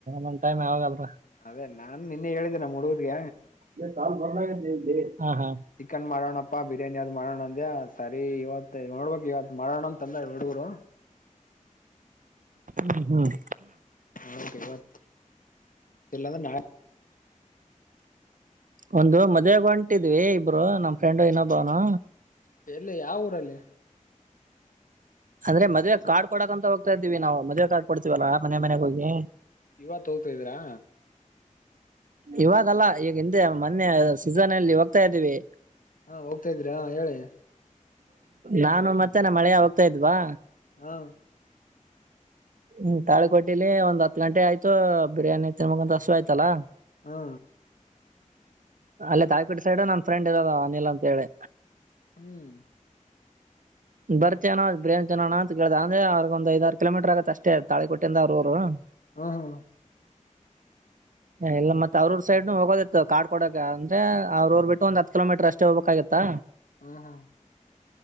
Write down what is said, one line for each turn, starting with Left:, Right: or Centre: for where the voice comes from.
Right: ಅೊಂದು ಟೈಮ್ ಯಾವಾಗಲ್ರ
Left: ಅದೇ ನಾನ್ ನಿನ್ನೆ ಹೇಳಿದ್ದೀ ನ ಹಡುಗರ್ಗ
Right: ಇ ಕಾಲ್ ಬರ್ಲ ಹ ಹ
Left: ಚಿಕನ್ ಮಾಡೋಣಪ್ಪಾ ಬಿರಿಯಾನಿ ಅದ್ ಮಾಡೋಣ ಅಂದ್ಯಾ ಸರಿ ಇವತ್ ನೋಡ್ಬಬೇಕಕ್ ಇವತ್ ಮಾಡೋಣ ಅಂತ ತಂದ ಹುಡುಗರು
Right: ಹ್ಮ್ ಹ್ಮ್
Left: ಹ ಎಲ್ಲ ನ
Right: ಒಂದು ಮದ್ವೆಗ ಹೊಂಟಿದ್ವಿ ಇಬ್ರು ನಮ್ ಫ್ರೆಂಡ್ ಇನೊಬ್ಬನು
Left: ಎಲ್ಲಿ ಯಾವ ಊರಲ್ಲಿ
Right: ಅಂದ್ರೆ ಮದ್ವೆ ಕಾರ್ಡ್ ಕೊಡಕ್ಂತ ಹೋಗ್ತಾ ಇದ್ದೀವಿ ನಾವು ಮದ್ವೆ ಕಾರ್ಡ ಕೊಡ್ತೀವಲ್ಲಾ ಮನೆ ಮನೆಗೆ ಹೋಗಿ
Left: ಇವತ್ ಹೋಗ್ತದೀರಾ
Right: ಇವಾಗಲ್ಲ ಈಗ ಹಿಂದೆ ಮೊನ್ನೆ ಸೀಸನಲ್ಲಿ ಹೋಗ್ತಾ ಇದ್ದೀವಿ
Left: ಹಾ ಹೋಗ್ತಾ ಇದ್ರಿ ಹಾ ಹೇಳಿ
Right: ನಾನು ಮತ್ತೇ ನಮ್ಮ ಅಳಿಯಾ ಹೋಗ್ತಾ ಇದ್ವಾ
Left: ಹಾ
Right: ಹ್ಮ್ ತಾಳಿಕೊಟ್ಟಿಲಿ ಒಂದ್ ಹತ್ ಗಂಟೆ ಆಯ್ತು ಬಿರಿಯಾನಿ ತಿನ್ ಬೇಕಂತ ಹಸುಯ್ತಾಲ್ಲಾ
Left: ಹಾ
Right: ಅಲ್ಲೇ ತಾಳಿಕೋಟಿ ಸೈಡ್ ನನ್ ಫ್ರೆಂಡ್ ಇರೋದ ಅನಿಲ್ ಅಂತ ಹೇಳಿ
Left: ಹ್ಮ್
Right: ಬರ್ತಿ ಏನೋ ಬಿರಿಯಾನಿ ತಿನೋಣ್ಣ ಅಂತ ಕೇಳ್ದ ಅಂದ್ರೆ ಅವ್ರಿಗ ಒಂದ ಐದ ಆರ ಕಿಲೋಮೀರ್ ಆಗುತ್ತೆ ಅಷ್ಟೇ ತಾಳಿ ಕೊಟ್ಟಿಂದ ಅವ್ರ ಊರು <inaudible>
Left: ಹ್ಮ ಹ್ಮ
Right: ಇಲ್ಲ ಮತ್ತ ಅವ್ರ ಊರ ಸೈಡ್ನು ಹೋಗದಿತ್ತು ಕಾರ್ಡ್ ಕೊಡಕ ಅಂದ್ರೆ ಅವ್ರ ಊರು ಬಿಟ್ಟು ಒಂದು ಹತ್ತು ಕಿಲೋಮೀಟರ್ ಅಷ್ಟೇ. ಅಷ್ಟೇ ಹೋಗ್ಬೇಕಾಗಿತ್ತಾ
Left: ಹ್ಮ ಹಾ